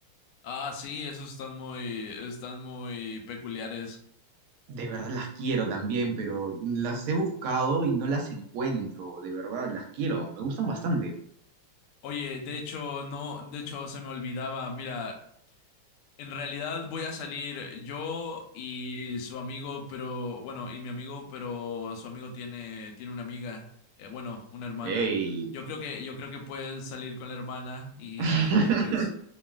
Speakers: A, on the left; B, on the right.
A: Ah, sí, esos están muy, están muy peculiares.
B: De verdad las quiero también, pero las he buscado y no las encuentro. De verdad, las quiero. Me gustan bastante.
A: Oye, de hecho, no, de hecho se me olvidaba, mira, En realidad voy a salir yo y su amigo, pero bueno, y mi amigo, pero su amigo tiene, tiene una amiga, eh, bueno, una hermana.
B: ¡Ey!
A: Yo creo que, yo creo que puedes salir con la hermana y,
B: <laughs>
A: y pues